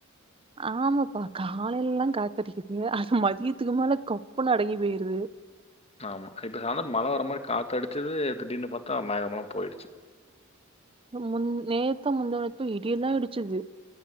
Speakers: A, on the right (about 25°); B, on the left (about 30°).
A: ஆமாப்பா காலையில்லா காத்தடிக்குது அது மதியத்துக்கு மேல கப்புன்னு அடங்கி போயிருது
B: ஆமா இப்போ நல்லா மழ வர மாதிரி காத்து அடிச்சது திடீர்னு பார்த்தா மேகமெலாம் போயிடுச்சு
A: முன் நேத்து முந்தாணேத்தோ இடியெல்லா இடிச்சுது